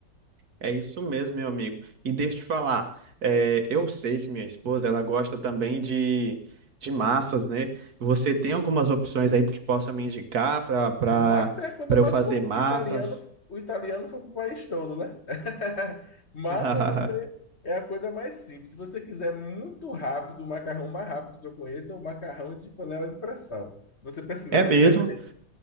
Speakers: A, on the right; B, on the left.
A: É isso mesmo, meu amigo. E deixa eu te falar, é, eu sei que minha esposa, ela gosta também de, de massas, né? Você tem algumas opções aí que possa me indicar para para
B: Massa é a coisa
A: para
B: mais
A: eu fazer
B: comum,
A: massas?
B: que italiano, o italiano foi para o país todo, né? <laughs> Massa
A: <laughs>
B: você é a coisa mais simples. Se você quiser muito rápido, o macarrão mais rápido que eu conheço é o macarrão de panela de pressão. Você pesquisar
A: É mesmo?
B: na internet,